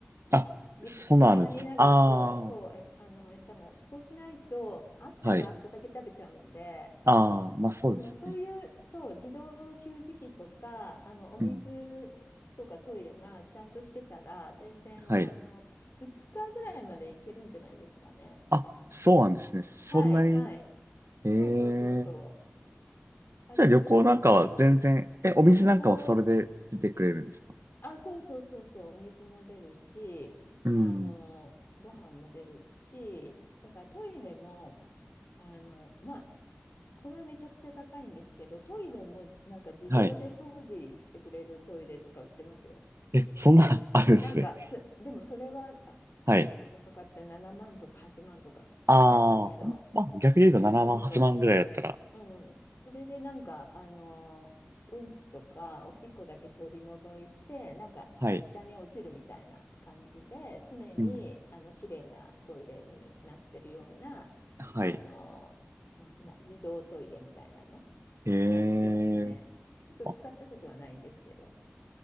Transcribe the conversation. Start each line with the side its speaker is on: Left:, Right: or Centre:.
Right: あ、
Left: じ、
Right: そうなんです。
Left: 時間になると、
Right: ああ、
Left: そう、え、あの、餌が、そうしないと、あったらあっただけ食べちゃうんで、
Right: はい。ああ、まあそうですね。
Left: その、そういう、そう、自動給餌器とか、あの、お水とかトイレがちゃんとしてたら、
Right: うん。
Left: 全然、
Right: はい。
Left: あの、2日ぐらいまでいけるんじゃないですかね。
Right: あ、そうなんですね。そんなに、
Left: はい、はい。
Right: ええ
Left: そうそうそうそう。あります、
Right: じゃあ旅行なんかは全然、
Left: あります。
Right: え、お店なんかはそれで出てくれるんですか
Left: 旅行、あ、そうそうそうそう、お水も出るし、
Right: うん。
Left: あの、ご飯も出るし、だからトイレも、あの、まあ、これはめちゃくちゃ高いんですけど、トイレもなんか自動で掃除してくれるトイレとか売ってますよ。
Right: はい。え、そんな、<laughs> あるんですね。
Left: なんかす、でもそれはあ結構高かった、
Right: はい。
Left: 7万とか8万とかしたと思うんですけど、
Right: ああ、まあ逆に言うと7万、
Left: そうそ
Right: 8万ぐらいだったら、
Left: ううん。それでなんか、あの、うんちとかおしっこだけ取り除いて、なんかし下に落ちるみたいな感じで、
Right: はい。
Left: 常にあの綺麗なトイレになってるような、
Right: うん。はい。
Left: あの、な、な、自動トイレみたいなの
Right: ええ
Left: もう売ってますね。ちょっと使ったことはないんですけど。
Right: あ